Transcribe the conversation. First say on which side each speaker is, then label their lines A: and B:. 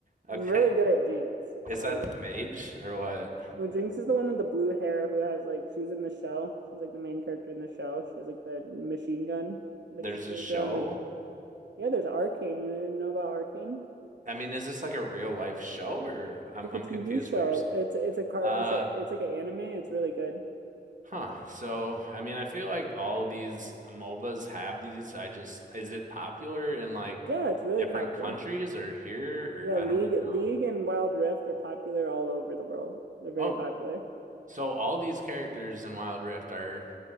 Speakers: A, on the right; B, on the right.
A: Okay.
B: I'm really good at Jinx.
A: Is
B: Like
A: that the Mage or what?
B: no, Jinx is the one with the blue hair who has like she was in the show. She's like the main character in the show. She has like the machine gun that
A: There's
B: she carries
A: a show?
B: around like Yeah, there's Arcane. You didn't know about Arcane?
A: I mean, is this like a real life show or
B: It's
A: I'm
B: like
A: I'm
B: a TV
A: confused
B: show.
A: what you're saying.
B: It's it's a car.
A: Uh,
B: It's a it's like an anime. It's really good.
A: huh. So, I mean, I feel like all these MOBAs have these. I just is it popular in like
B: Yeah, it's really
A: different
B: popular.
A: countries or here
B: Yeah,
A: or I
B: League
A: don't even know.
B: League and Wild Rift are popular all over the world. They're very
A: Oh,
B: popular.
A: so all these characters in Wild Rift are